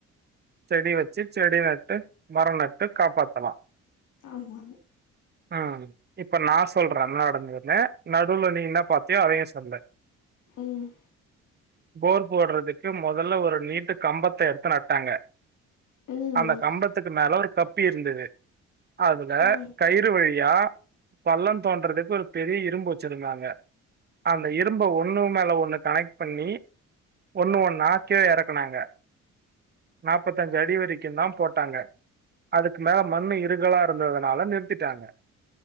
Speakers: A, on the right; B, on the left.
A: செடி வெச்சு செடி நட்டு மரோ நட்டு காப்பாத்தலா
B: ஆமா
A: ம் இப்ப நா சொல்ற என்ன நடக்க போகுதுன்னு நடுவுல நீ என்ன பாத்தியோ அதயேஸ் சொல்ல
B: ம்
A: போர் போடுறதுக்கு மொதல்ல ஒரு நீட்டு கம்பத்த எடுத்து நட்டாங்க
B: ம்
A: அந்த கம்பத்துக்கு மேல ஒரு கப்பி இருந்தது அதுல
B: ஆ ம்
A: கயிறு வழி யா பள்ளந் தோன்றதுக்கு ஒரு பெரிய இரும்பு வெச்சுருந்தாங்க அந்த இரும்ப ஒண்ணு மேல ஒண்ணு கனெக்ட் பண்ணி ஒண்ணு ஒண்ணு கீழ எறக்குனாங்க நாப்பத்தஞ்சு அடி வரைக்குந்தா போட்டாங்க அதுக்கு மேல மண்ணு இருக்கலா ந்ததுனால நிறுத்திட்டாங்க